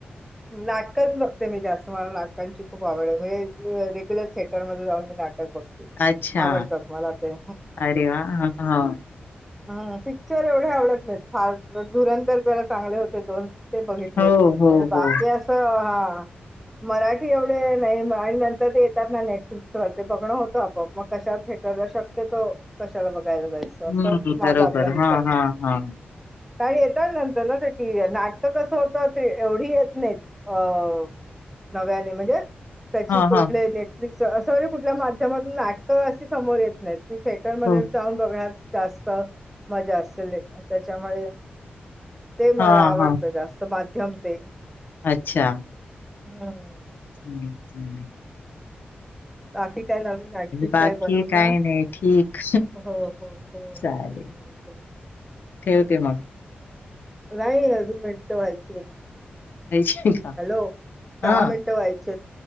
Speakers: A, in the centre; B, on the left.
A: नाटकच बघते मी जास्त मला नाटकांची खूप आवड म्हणजे रेग्युलर थिएटर जाऊन मी नाटक बघते
B: अच्छा
A: आवडतात मला ते
B: अरे वा हा हा
A: ह पिक्चर एवढे आवडत नाहीत फार धुर ज- चांगले होते दोन ते बघितले
B: हो हो हो
A: बाकीी अस हा- मराठी एवढे नाही आणि नंतर ते येतात ना नेटफ्लिक्स व ते बघण होत आप मग कशात. े श तो कशाला बघायला.
B: हम्म
A: अस माझा
B: बरोबर
A: आपला विचार.
B: हा हा हा
A: काण येतात नंतर ना त्याची नाटकं कसं होतं एवढी येत नाही अ. नव्याने म्हणजे. त्याची
B: हा
A: कुठले
B: हा
A: नेटफ्लिक्स असं वगैरे कुठल्या माध्यमातून नाटकं असे समोर येत नाहीत. ती थिएटरमध्येध्ये
B: हो
A: जाऊन बघण्यात. जास्त मजा असेल त्याच्यामुळे ते मला
B: हा
A: आवडतं
B: हा
A: जास्त माध्यम ते
B: अच्छा!
A: हम्.
B: स सांले.
A: बाकी काय लावली आणखीन
B: बाकी
A: काय बनवता
B: काही नाही ठीक
A: हो हो हो हो
B: चालेल
A: हो. <inaudible>
B: ठेवते मग.
A: रा अजून मनट वाच.
B: द्यायची का
A: हॅलो दहा
B: हा
A: मिनटं व्हायच.